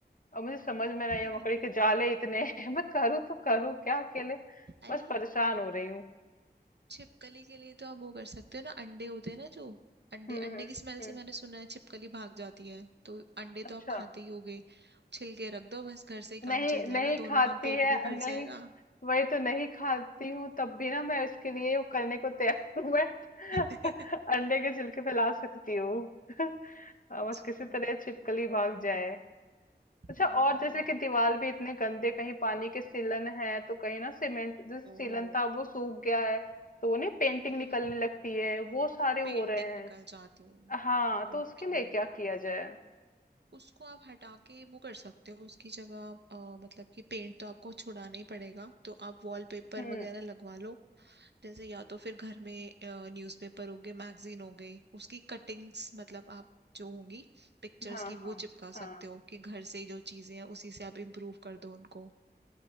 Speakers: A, on the left (about 50°); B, on the right (about 85°).
A: और मुझे समझ में नहीं
B: <laughs>
A: है मकड़ी के जाले इतने हैं <laughs> मैं करूँ तो करूँ क्या अकेले
B: अरे
A: बस परेशान हो रही हूँ
B: छिपकली के लिए तो आप वो कर सकते हो ना अंडे होते हैं ना जो अंडे
A: हम्म हम्म
B: अंडे की स्मेल
A: हम्म,
B: से मैंने सुना है छिपकली भाग जाती है तो अंडे
A: अच्छा
B: तो आप खाते ही होगे छिलके रख दो बस घर से ही
A: नहीं
B: काम चल जाएगा
A: नहीं
B: दोनों
A: खाती
B: काम पेट
A: है
B: भी भर
A: नहीं
B: जाएगा
A: वही तो नहीं खाती हूँ तब भी ना मैं इसके लिए वो करने को तैयार हूँ मैं <laughs>
B: <laughs>
A: अंडे के छिलके फैला सकती हूँ <laughs> हाँ,
B: अच्छा
A: बस किसी
B: हम्म
A: तरह छिपकली भाग जाए अच्छा
B: हम्म
A: और
B: हम्म
A: जैसे कि दीवार भी इतने गंदे कहीं पानी के सीलन है तो कहीं ना सीमेंट जैसे सीलन
B: ओहो
A: था वो सूख गया है तो वो नहीं पेंटिंग
B: हम्म
A: निकलने लगती है वो सारे हो
B: पेंटिंग
A: रहे हैं
B: निकल जाती है
A: हाँ तो
B: ओके
A: उसके लिए क्या किया जाए
B: उसको आप हटा के वो कर सकते हो उसकी जगह अ, मतलब कि पेंट तो आपको छुड़ाना ही पड़ेगा तो आप वॉलपेपर
A: हम्म
B: वगैरह लगवा लो जैसे या तो फिर घर में न्यूज़पेपर हो गए मैगजीन हो गई उसकी कटिंग्स मतलब आप जो होंगी पिक्चर्स
A: हाँ
B: की
A: हाँ
B: वो चिपका
A: हाँ
B: सकते हो कि घर से ही जो चीजें हैं उसी से आप इम्प्रूव कर दो उनको